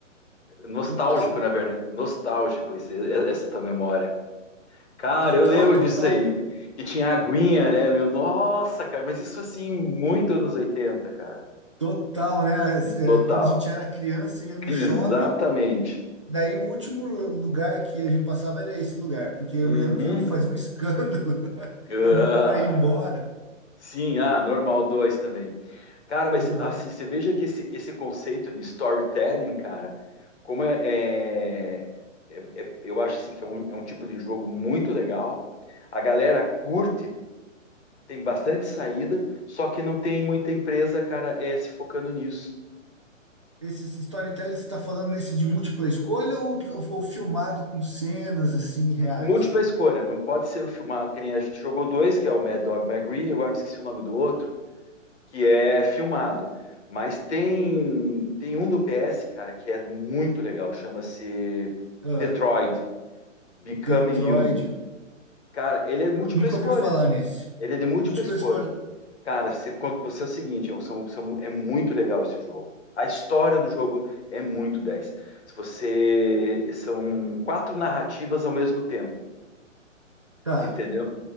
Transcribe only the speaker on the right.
Total,
total,
total,
total, né? As-
é, Quando a gente era criança, ia no
shopping. Daí o último lu- lugar que a gente passava era esse lugar, porque eu
me lembro que eu fazia
um escândalo <laughs>
para não, para ir embora.
Aham.
Esse storytelling que você está falando nesse de múltipla escolha ou, ou filmado com cenas assim reais?
Ah,
Detroit.
Nunca
ouviu falar nesse.
Múltipla
escolha.
Tá.